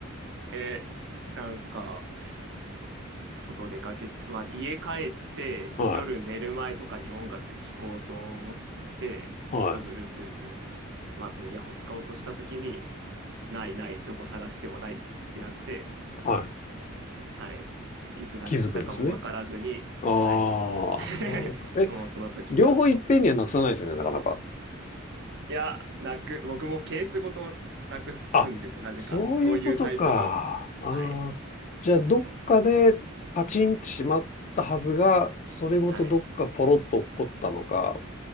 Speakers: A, on the right; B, on the left.
A: え、なんか、外出かけ、まあ、家帰って夜寝る前とかに音楽聴こうと思って、
B: はい、はい、
A: まあ、Bluetooth、まあそのイヤホン使おうとした時に、ないない、どこ探してもないってなって、
B: はい。
A: はい。いつなくしたかもわからずに、
B: 気づくんですね。ああ、
A: はい。<laughs>
B: そうか。え、
A: もうその時には遅い。
B: 両方いっぺんにはなくさないですよね、
A: い
B: なかなか。
A: や、なく、僕もケースごとなくすんですよ、
B: あ、
A: なぜか。
B: そういうことか。
A: そういうタイプの、
B: あーじゃあ、
A: はい。
B: どっかでパチンってしまったはずが、
A: もう
B: それごとどっかポロッと落っこったのか、
A: はい。